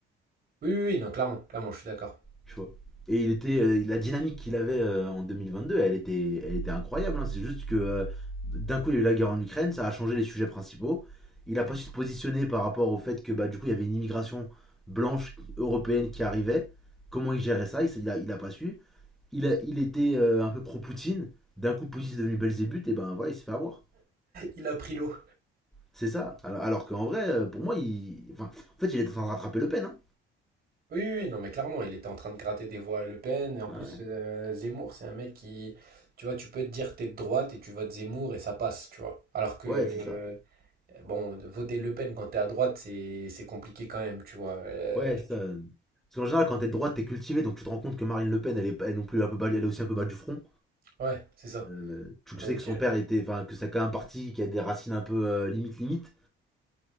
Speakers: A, on the right; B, in the centre.
A: Oui, oui, oui, non, clairement, clairement, je suis d'accord.
B: tu vois. Et il était, euh, la dynamique qu'il avait euh, en 2022, elle était, elle était incroyable. hein. C'est juste que euh, d'un coup, il y a eu la guerre en Ukraine, ça a changé les sujets principaux. Il a pas su se positionner par rapport au fait que bah, du coup, il y avait une immigration blanche européenne qui arrivait. Comment il gérait ça Il s'est- il a, il a pas su. Il, a- il était euh, un peu pro-Poutine. D'un coup, Poutine est devenu Belzébuth, et ben voilà, il s'est fait avoir.
A: Il a pris l'eau.
B: C'est ça. Alors, alors qu'en vrai, euh, pour moi, il. Enfin, en fait, il est en train de rattraper Le Pen. hein.
A: Oui, oui, oui, non, mais clairement, il était en train de gratter des voix à Le Pen. Et en plus,
B: Ouais.
A: euh, Zemmour, c'est un mec qui, tu vois, tu peux te dire t'es de droite et tu votes Zemmour et ça passe, tu vois. Alors que
B: Ouais,
A: euh,
B: c'est ça.
A: Bon, voter Le Pen quand t'es à droite, c'est c'est compliqué quand même, tu vois. Euh,
B: Ouais, ça. euh, Parce qu'en général, quand t'es de droite, t'es cultivé, donc tu te rends compte que Marine Le Pen, elle est, pas- elle est non plus un peu bas- elle est aussi un peu bas du front.
A: Ouais, c'est ça.
B: Euh, tu
A: Donc,
B: sais que son
A: euh,
B: père était, enfin, que c'est quand même un parti qui a des racines un peu euh, limite limite,